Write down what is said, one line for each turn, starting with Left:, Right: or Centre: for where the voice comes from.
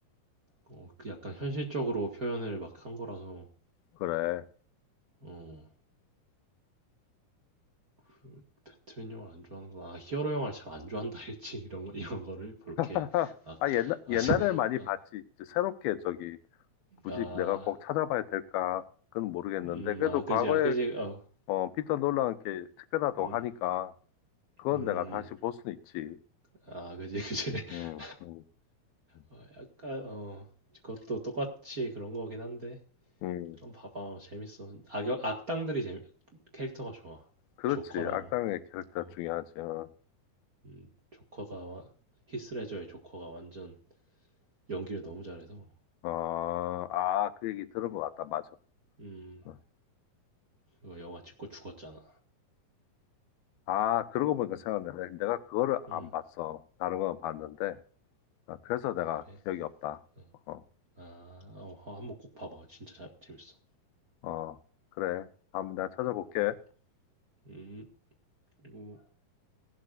Right: 어, 그 약간 현실적으로 표현을 막 한 거라서,
Left: 그래.
Right: 어, 그 배트맨 영화를 안 좋아하는구나. 아, 히어로 영화를 참 안 좋아한다 <laughs> 했지. 이런 거, 이런 거를, 그렇게,
Left: <laughs>
Right: 막,
Left: 아, 옛날,
Right: 아,
Left: 옛날에
Right: 세-
Left: 많이
Right: 아,
Left: 봤지. 이제 새롭게 저기, 굳이
Right: 아,
Left: 내가 꼭 찾아봐야 될까? 그건 모르겠는데.
Right: 음,
Left: 그래도
Right: 아,
Left: 과거에,
Right: 그지, 아, 그지, 어,
Left: 어, 피터 놀란 게 특별하다고
Right: 음,
Left: 하니까, 그건
Right: 음,
Left: 내가 다시 볼 수는 있지.
Right: 아, 그지, 그지. <laughs>
Left: 음, 음, 음.
Right: 어, 약간, 어, 그것도 똑같이 그런 거긴 한데,
Left: 음,
Right: 한번 봐봐. 어, 재밌어. 악역, 악당들이 재미, 캐릭터가 좋아.
Left: 그렇지.
Right: 조커랑,
Left: 악당의 캐릭터
Right: 어,
Left: 중요하지. 어,
Right: 음, 조커가, 와- 히스레저의 조커가 완전, 연기를 너무 잘해서
Left: 어, 아, 그 얘기 들은 것 같다. 맞아.
Right: 음
Left: 어.
Right: 그거 영화 찍고 죽었잖아
Left: 아, 그러고 보니까 생각나네. 내가 그거를
Right: 또음아
Left: 안 봤어. 다른 건 봤는데. 아, 그래서 내가
Right: 그래
Left: 기억이 없다.
Right: 어.
Left: 어,
Right: 아 어, 어, 한번 꼭 봐봐 진짜 잘, 재밌어
Left: 어, 그래. 한번 내가 찾아볼게.
Right: 음, 음 그리고